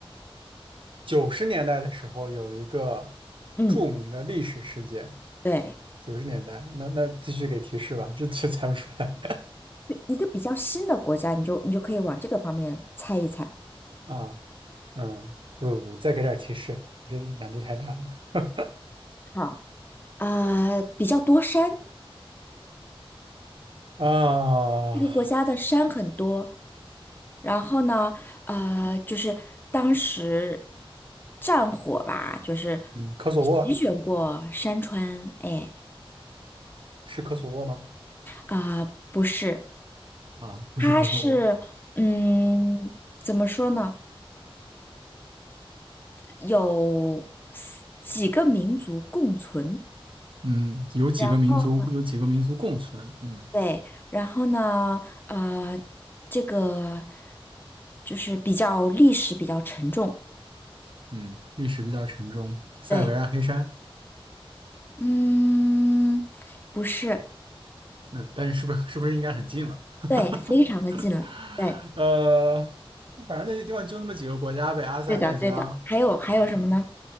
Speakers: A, on the right; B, on the left.
A: 九十年代的时候，有一个
B: 嗯，
A: 著名的历史事件。
B: 对。
A: 九十年代，那那继续给提示吧，这这猜不出来
B: 一个比较新的国家，你就你就可以往这个方面猜一猜。
A: <laughs> 啊，嗯，不不不，再给点提示，这难度太大了
B: 好，啊、比较多山，
A: <laughs> 啊，
B: 这个国家的山很多。然后呢，呃，就是当时战火吧，就是
A: 嗯，科索沃
B: 席卷过山川。哎，
A: 是科索沃吗？
B: 啊、不是，
A: 啊，不是科索沃，
B: 它是，嗯，怎么说呢？有四几个民族共存。
A: 嗯，有几个民族有几个民族共存，
B: 然后。
A: 嗯
B: 对，然后呢，呃，这个就是比较历史比较沉重，
A: 嗯，历史比较沉重，塞尔维亚黑山，
B: 对，嗯，不是，
A: 嗯，但是是不是是不是应该很近了？
B: 对，
A: <laughs>
B: 非常的近了，对，
A: 呃，反正那些地方就那么几个国家呗，阿塞拜疆啊，
B: 对的，对的，还有还有什么呢？